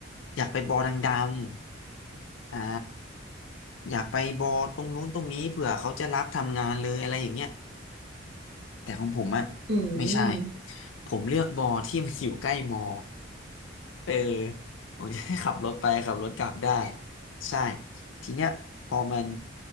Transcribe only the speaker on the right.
อืม